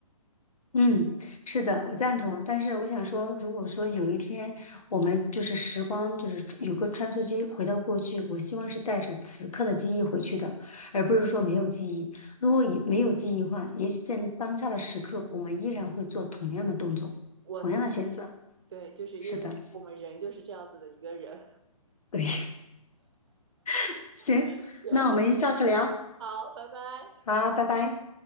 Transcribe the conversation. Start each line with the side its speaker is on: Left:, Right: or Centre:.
Left: 嗯，是的，我赞同。但是我想说，如果说有一天我们就是时光，就是有个穿梭机回到过去，我希望是带着此刻的记忆回去的，而不是说没有记忆。如果以没有记忆的话，也许在当下的时刻，我们依然会做同样的动作，
Right: 我同
Left: 同样的选择。
Right: 对，就是因为我们人就是这样子的一个人。
Left: 是的，对，<laughs> 行，
Right: <laughs> 行，
Left: 那我们下次聊，
Right: 好，拜拜。
Left: 好，拜拜。